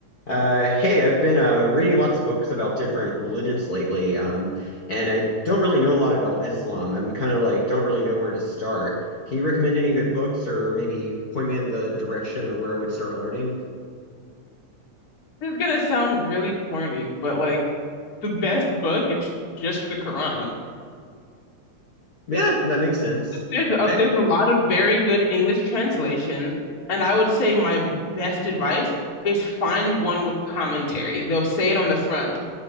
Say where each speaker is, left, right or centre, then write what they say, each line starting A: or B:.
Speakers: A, on the left; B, on the left.
A: Uh, hey, I've been uh, reading lots of books about different religions lately, um, and I don't really know a lot about Islam. I'm kind of like don't really know where to start. Can you recommend any good books or maybe point me in the direction of where I would start learning?
B: This is gonna sound really corny, but like the best book is just the Quran.
A: Yeah, that makes sense.
B: There's there's a,
A: I
B: there's a lot of very good English translations, and I would say my best advice is find one with commentary. They'll say it on the front,